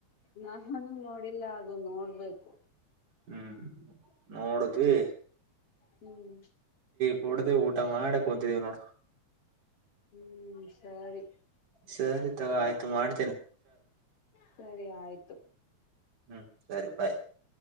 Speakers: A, on the left; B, on the right.
A: ನಾನು ನೋಡಿಲ್ಲ ಅದು ನೋಡ್ಬೇಕು
B: ಹ್ಮ್ ನೋಡಿದ್ವಿ
A: ಹ್ಮ್
B: ಕೊಡ್ದ್ ಊಟ ಮಾಡಕ್ ಕುಂತಿದ್ದೀವಿ ನೋಡ
A: ಹ್ಮ್ ಸರಿ
B: ಸರಿ ತಗ ಆಯ್ತು ಮಾಡ್
A: ಸರಿ ಆಯ್ತು.
B: ಹ್ಮ್, ಸರಿ ಬಾಯ್.